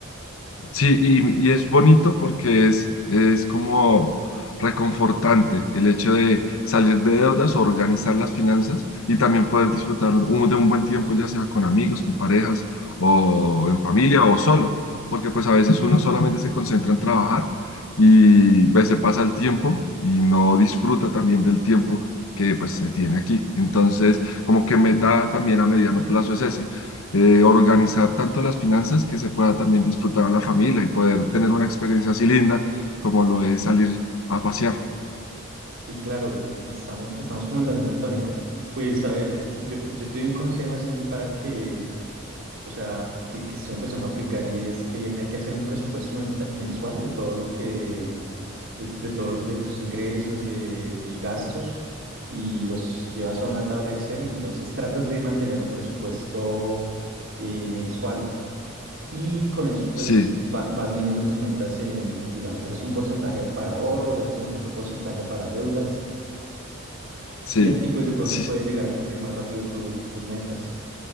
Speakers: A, on the left (about 80°); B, on the right (about 70°).
A: Sí, y, y es bonito porque es, es como reconfortante el hecho de salir de deudas, organizar las finanzas y también poder disfrutar un- de un buen tiempo, ya sea con amigos, con parejas o en familia o solo, porque pues a veces uno <laughs> solamente se concentra en trabajar y pues se pasa el tiempo y no disfruta también del tiempo que pues se tiene aquí. Entonces, como que meta también a mediano plazo es ese eh, organizar tanto las finanzas que se pueda también disfrutar a la familia y poder tener una experiencia así linda como lo es salir a pasear.
B: Sí, claro, eh, estamos, estamos como en la misma tónica. Pues a ver, yo, yo te doy un consejo así para que O sea, que, que estoy empezando a aplicar y es que hay que hacer un presupuesto menta- mensual de todo lo que, de, de todo, de tus ingresos, de tus gastos y los llevas a una tabla Excel y entonces tratas de mantener un presupuesto eh, mensual y con eso pues
A: Sí,
B: va- vas midiendo tus metas en, digamos, dejas un porcentaje para ahorro, dejas un- otro porcentaje para deudas
A: sí,
B: y así pues de pronto
A: sí,
B: puedes llegar a cumplir más rápido tu- tus metas.